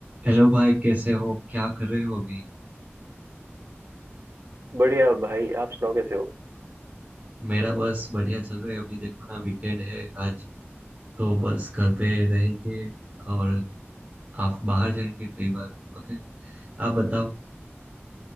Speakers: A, on the right; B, on the right.
A: Hello भाई कैसे हो क्या कर रहे हो अभी
B: बढ़िया भाई आप सुनाओ कैसे हो
A: मेरा बस बढ़िया चल रहा है अभी देखो ना वीकेंड है आज तो बस घर पे रहेंगे और आप बाहर जाएंगे कई बार ओके आप बताओ